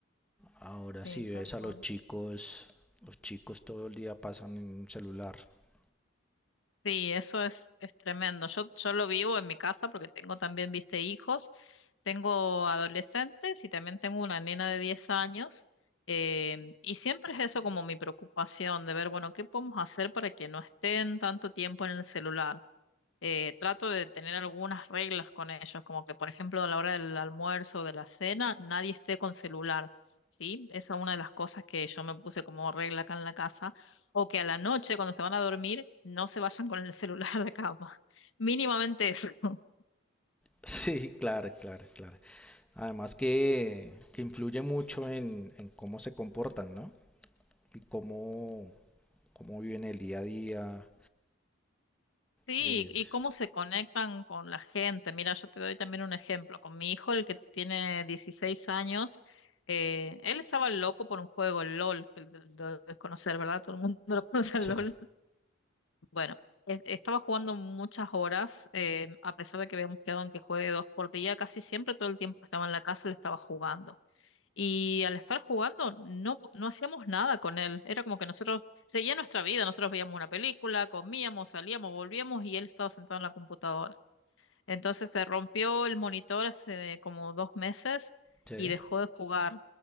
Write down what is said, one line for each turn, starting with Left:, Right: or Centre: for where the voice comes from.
Centre: Ahora
Left: Sí,
Centre: si ves
Left: tal cual.
Centre: a los chicos, los chicos todo el día pasan en un celular. <laughs>
Left: Sí, eso es, es tremendo. Yo, yo lo vivo en mi casa porque tengo también, viste, hijos, tengo adolescentes y también tengo una nena de 10 años. eh, y siempre es eso como mi preocupación de ver, bueno, ¿qué podemos hacer para que no estén tanto tiempo en el celular? eh, trato de tener algunas reglas con ellos, como que, por ejemplo, a la hora del almuerzo o de la cena, nadie esté con celular, ¿sí? Esa es una de las cosas que yo me puse como regla acá en la casa, o que a la noche, cuando se van a dormir, no se vayan con el <laughs> celular a la cama. <laughs> Mínimamente eso. <laughs>
Centre: Sí, claro, claro, claro. Además que, que influye mucho en, en cómo se comportan, ¿no? Y cómo, cómo viven el día a día.
Left: Sí,
Centre: Sí,
Left: y
Centre: es-
Left: cómo se conectan con la gente. Mira, yo te doy también un ejemplo. Con mi hijo, el que tiene 16 años, eh, él estaba loco por un juego, el LOL, que lo lo debes conocer, ¿verdad? Todo el mundo lo <laughs> conoce
Centre: sí.
Left: al LOL. Bueno, es- estaba jugando muchas horas, eh, a pesar de que habíamos quedado en que juegue dos por día, casi siempre todo el tiempo que estaba en la casa le estaba jugando. Y al estar jugando no, p- no hacíamos nada con él, era como que nosotros seguía nuestra vida, nosotros veíamos una película, comíamos, salíamos, volvíamos y él estaba sentado en la computadora. Entonces se rompió el monitor hace como dos meses
Centre: Sí,
Left: y dejó de jugar.